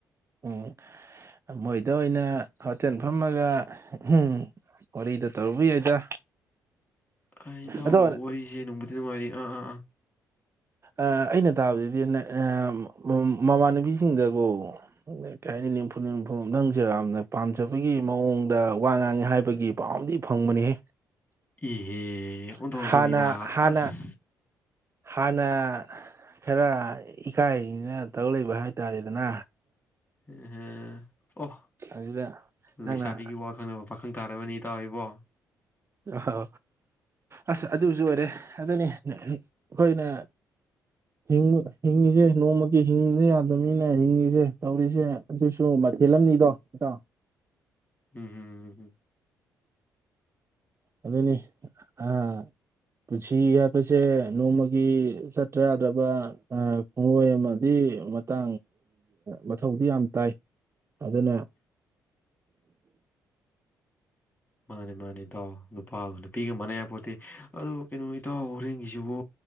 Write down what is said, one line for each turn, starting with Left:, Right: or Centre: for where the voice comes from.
Right: ꯎꯝ ꯃꯣꯏꯗ ꯑꯣꯏꯅ ꯍꯣꯇꯦꯟ ꯐꯝꯃꯒ ꯍꯨꯝ ꯋꯥꯔꯤꯗꯣ ꯇꯧꯕ ꯌꯥꯏꯗ
Left: ꯑ ꯏꯇꯥꯎ
Right: ꯑꯗꯣ
Left: ꯋꯥꯔꯤꯁꯦ ꯅꯡꯕꯨꯗꯤ ꯅꯨꯡꯉꯥꯏꯔꯤ ꯑ ꯑ ꯑ
Right: ꯑ ꯑꯩꯅ ꯇꯥꯕꯗꯗꯤ <unintelligible> ꯃꯃꯥꯟꯅꯕꯤ ꯁꯤꯡꯗꯒꯣ ꯀꯩ ꯍꯥꯏꯅꯤ ꯅꯤꯝꯐꯨꯡ ꯅꯤꯡꯐꯨꯡ ꯅꯪꯁꯦ ꯌꯥꯝꯅ ꯄꯥꯝꯖꯕꯒꯤ ꯃꯋꯣꯡꯗ ꯋꯥ ꯉꯥꯡꯉꯦ ꯍꯥꯏꯕꯒꯤ ꯄꯥꯎ ꯑꯝꯗꯤ ꯐꯪꯕꯅꯤꯍꯦ
Left: ꯏꯍꯦ ꯑꯣꯟꯊꯣꯛꯕꯅꯤꯗ
Right: ꯍꯥꯟꯅ ꯍꯥꯟꯅ
Left: ꯑꯁ
Right: ꯍꯥꯟꯅ ꯈꯔ ꯏꯀꯥꯏꯔꯤꯅ ꯇꯧ ꯂꯩꯕ ꯍꯥꯏ ꯇꯥꯔꯦꯗꯅ
Left: ꯏꯍꯦ ꯑꯣ
Right: ꯑꯗꯨꯗ ꯅꯪꯅ
Left: ꯂꯩꯁꯥꯕꯤꯒꯤ ꯋꯥ ꯈꯪꯗꯕ ꯄꯥꯈꯪ ꯇꯥꯔꯕꯅꯦ ꯇꯧꯏꯕꯣ
Right: ꯑꯍꯣ ꯑꯁ ꯑꯗꯨꯁꯨ ꯑꯣꯏꯔꯦ ꯑꯗꯨꯅꯤ ꯈꯣꯏꯅ ꯍꯤꯡꯕ ꯍꯤꯡꯉꯤꯁꯦ ꯅꯣꯡꯃꯒꯤ ꯍꯤꯡꯗ ꯌꯥꯗꯕ ꯅꯤꯅ ꯍꯤꯡꯏꯁꯦ ꯇꯧꯔꯤꯁꯦ ꯑꯗꯨꯁꯨ ꯃꯊꯦꯜ ꯑꯝꯅꯤꯗꯣ ꯏꯇꯥꯎ
Left: ꯎꯝ ꯎꯝ ꯎꯝ ꯍꯝ
Right: ꯑꯗꯨꯅꯤ ꯑꯥ ꯄꯨꯟꯁꯤ ꯍꯥꯏꯕꯁꯦ ꯅꯣꯡꯃꯒꯤ ꯆꯠꯇ꯭ꯔ ꯌꯥꯗ꯭ꯔꯕ ꯑ ꯈꯣꯡꯂꯣꯏ ꯑꯃꯗꯤ ꯃꯥꯡꯕ ꯃꯊꯧꯗꯤ ꯌꯥꯝ ꯇꯥꯏ ꯑꯗꯨꯅ
Left: ꯃꯥꯅꯦ ꯃꯥꯅꯦ ꯏꯇꯥꯎ ꯅꯨꯄꯥꯒ ꯅꯨꯃꯤꯠ ꯃꯥꯟꯅ ꯌꯥꯄꯣꯠꯇꯦ ꯑꯗꯣ ꯀꯩꯅꯣ ꯏꯇꯥꯎ ꯍꯣꯔꯦꯟꯒꯤꯁꯤꯕꯨ